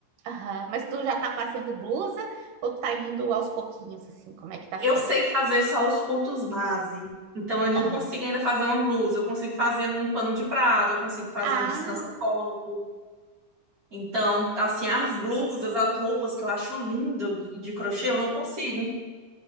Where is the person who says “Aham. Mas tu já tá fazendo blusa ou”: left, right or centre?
Right